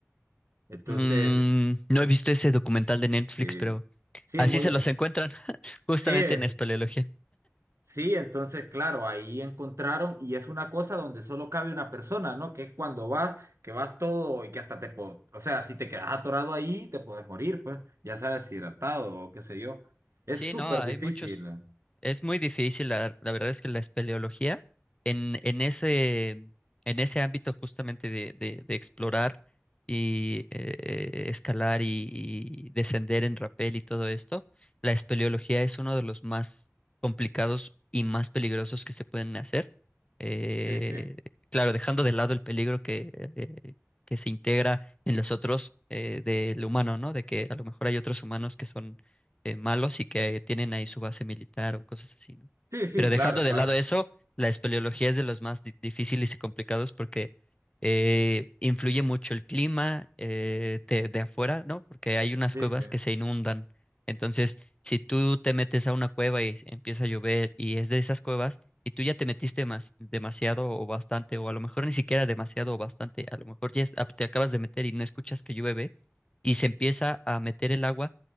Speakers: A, on the right; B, on the left.
A: Entonces,
B: Mm, no he visto ese documental de Netflix,
A: eh,
B: pero
A: sí,
B: así
A: muy...
B: se los encuentran <laughs> justamente
A: Sí,
B: en espeleología.
A: Sí, entonces, claro, ahí encontraron y es una cosa donde solo cabe una persona, ¿no? Que es cuando vas, que vas todo y que hasta te... po- O sea, si te quedas atorado ahí, te puedes morir, pues, ya sea deshidratado o qué sé yo. Es
B: Sí,
A: súper
B: no, hay
A: difícil.
B: muchos.
A: eh.
B: Es muy difícil, la, la verdad es que la espeleología en, en ese, en ese ámbito justamente de, de- de explorar y eh, escalar y, y descender en rapel y todo esto, la espeleología es uno de los más complicados y más peligrosos que se pueden hacer. Eh,
A: Sí, sí.
B: claro, dejando de lado el peligro que, eh, que se integra en los otros eh, del humano, ¿no? De que a lo mejor hay otros humanos que son eh, malos y que tienen ahí su base militar o cosas así, ¿no?
A: Sí, sí,
B: Pero
A: claro,
B: dejando de
A: claro.
B: lado eso, la espeleología es de los más di- difíciles y complicados porque eh, influye mucho el clima eh, de, de afuera, ¿no? Porque hay unas
A: Sí,
B: cuevas
A: sí.
B: que se inundan. Entonces, si tú te metes a una cueva y empieza a llover y es de esas cuevas y tú ya te metiste mas- demasiado o bastante, o a lo mejor ni siquiera demasiado o bastante, a lo mejor ya es- ah, te acabas de meter y no escuchas que llueve y se empieza a meter el agua